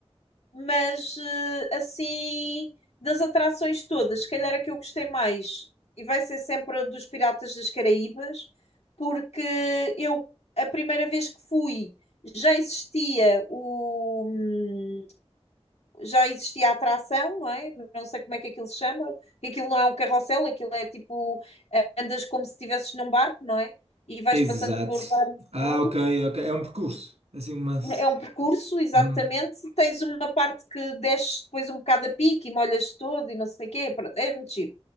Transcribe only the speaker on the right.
Exato.
Ah,
ok, ok. É um percurso. Assim, uma.
hum.